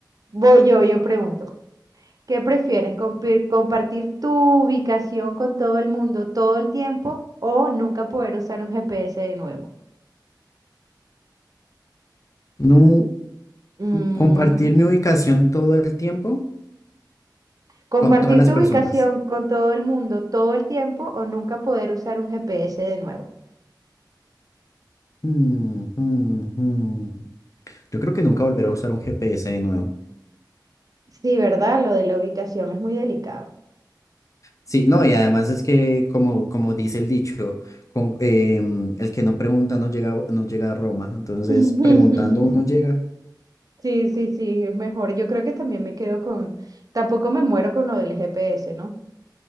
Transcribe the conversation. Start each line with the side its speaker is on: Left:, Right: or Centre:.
Right: Voy yo, yo pregunto. ¿Qué prefieres? compir- ¿Compartir tu ubicación con todo el mundo todo el tiempo o nunca poder usar un GPS de nuevo?
Left: No
Right: Mm,
Left: compartir mi ubicación todo el tiempo
Right: ¿Compartir
Left: con todas las
Right: tu
Left: personas.
Right: ubicación con todo el mundo todo el tiempo o nunca poder usar un GPS de nuevo?
Left: Mm, mm, mm. Yo creo que nunca volveré a usar un GPS de nuevo.
Right: Sí, ¿verdad? Lo de la ubicación es muy delicado.
Left: Sí, no, y además es que como, como dice el dicho, con, em, el que no pregunta no llega, no llega a Roma. Entonces,
Right: <laughs>
Left: preguntando uno llega.
Right: Sí, sí, sí, es mejor. Yo creo que también me quedo con... Tampoco me muero con lo del GPS, ¿no?